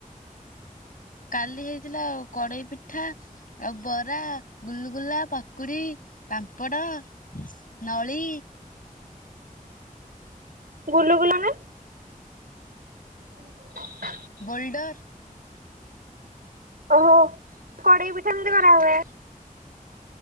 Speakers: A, on the left; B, on the right.
A: କାଲି ହେଇଥିଲା ଆଉ କଡେଇ ପିଠା, ଆଉ ବରା, ଗୁଲୁଗୁଲା, ପକୁଡ଼ି, ପାମ୍ପଡ଼ ନଳି।
B: ଗୁଲୁଗୁଲା ନା? ହଁ।
A: ବୋଲ୍ଡର।
B: ଓହୋ! କଡ଼େଇ ପିଠା କେମିତି କରା ହୁଏ?